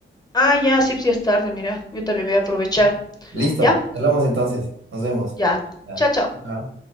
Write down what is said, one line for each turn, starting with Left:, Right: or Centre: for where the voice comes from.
Left: Ah, ya, sí, pues ya es tarde, mira, yo también voy a aprovechar.
Right: Listo,
Left: ¿Ya?
Right: hablamos entonces. Nos vemos.
Left: Ya,
Right: Ya.
Left: chao, chao.
Right: Chao.